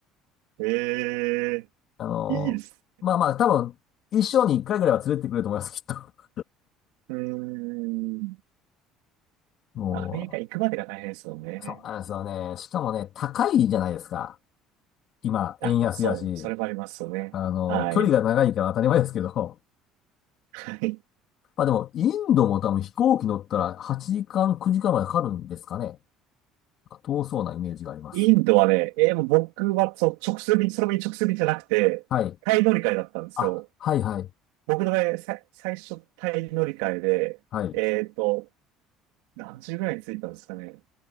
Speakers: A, on the right (about 85°); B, on the left (about 50°).
A: ええ
B: あの、
A: いいです。
B: まあまあ、多分、一生に一回ぐらいは連れてってくれると思います、きっと。
A: うーん。
B: <laughs> も
A: アメリカ行くまでが大変ですよね。
B: う、そうなんですよね。しかもね、高いじゃないですか。今、
A: あ、
B: 円安やし、
A: そう、それもありますよね。
B: あの、
A: はい。
B: 距離が長いから当たり前ですけど。
A: はい。
B: <laughs> まあでも、インドも多分飛行機乗ったら8時間、9時間までかかるんですかね。なんか遠そうなイメージがあります。
A: インドはね、えーもう僕はそう直通便、その便直通便じゃなくて、
B: はい。
A: タイ乗り換えだったんですよ。
B: あ、はいはい。
A: 僕の場合、さ、最初タイ乗り換えで、
B: はい。
A: えっと、何時ぐらいに着いたんですかね。